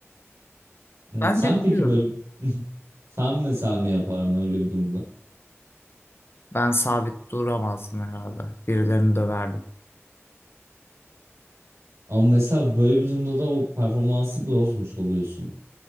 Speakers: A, on the right (about 70°); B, on the left (about 55°).
A: Evet,
B: Bence
A: sen
B: biliyordu.
A: peki böyle <laughs> sen mesela ne yapardın öyle bir durumda?
B: Ben sabit duramazdım herhalde. Birilerini döverdim.
A: Ama mesela böyle bir durumda da o performansı bozmuş oluyorsun.